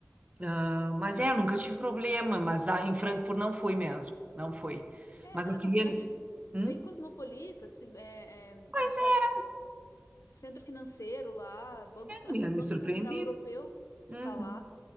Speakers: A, on the right (about 30°); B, on the left (about 85°).
A: Ah, Mas é, eu nunca tive problema, mas ah, em Frankfurt não fui mesmo. Não fui.
B: É,
A: Mas
B: não,
A: eu
B: é
A: queria.
B: uma cidade
A: Hum?
B: bem cosmopolita, assim, é, é
A: Pois
B: uma cidade
A: é,
B: centro financeiro lá, banco, acho
A: me,
B: que
A: me
B: o Banco
A: surpreendeu.
B: Central Europeu está
A: Uhum.
B: lá.